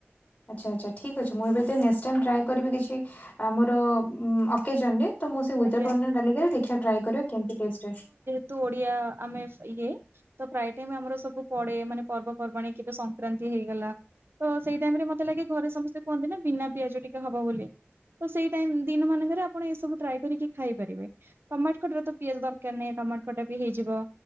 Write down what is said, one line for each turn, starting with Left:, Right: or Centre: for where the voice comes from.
Left: ଆଚ୍ଛା ଆଚ୍ଛା ଠିକ୍ ଅଛି ମୁଁ ଏବେ ତ ନେକ୍ସ ଟାଇମ ଟ୍ରାଏ କରିବି କିଛି ଆମର ଉଁ ଅକେଜନ ରେ। ତ ମୁଁ ସେ ଉଇଡାଉଟ
Right: ଆଜ୍ଞା
Left: ଓନିଅନ ଗାର୍ଲିକ ରେ ଦେଖିଆ ଟ୍ରାଏ କରେ କେମତି ଟେଷ୍ଟ ହୁଏ।
Right: ତୁ ଓଡିଆ ଆମେ ଇଏ ତ ପ୍ରାୟ ଟାଇମ ଆମର ସବୁ ପଡେ ମାନେ ପର୍ବପର୍ବାଣି କେବେ ସଂକ୍ରାନ୍ତି ହେଇଗଲା। ତ ସେଇ ଟାଇମ ରେ ମତେ ଲାଗେ ଘରେ ସମସ୍ତେ କୁହନ୍ତି ନା ବିନା ପିଆଜ ଟିକେ ହବ ବୋଲି। ତ ସେଇ ଟାଇମ୍ ଦିନ ମାନଙ୍କରେ ଆପଣ ଏ ସବୁ ଟ୍ରାଏ କରିକି ଖାଇପାରିବେ। ଟମାଟ ଖଟା ରେ ତ ପିଆଜ ଦରକାର ନାହିଁ ଟମାଟ ଖଟା ବି ହେଇଯିବ।